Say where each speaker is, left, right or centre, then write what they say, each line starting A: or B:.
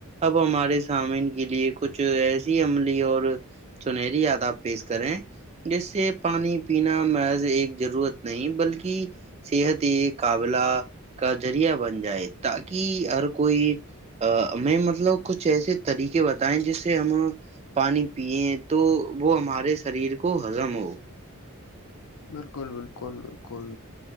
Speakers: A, on the right; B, on the left.
A: اب ہمارے سامین کے لیے کچھ ایسی عملی اور سنہری یاداب پیش کریں جس سے پانی پینا محض ایک ضرورت نہیں بلکہ صحت قابلہ کا ذریعہ بن جائے تاکہ ہر کوئی میں مطلب کچھ ایسے طریقے بتائیں جس سے ہم پانی پیے تو وہ ہمارے شریر ہزمو
B: بالکل بالکل بالکل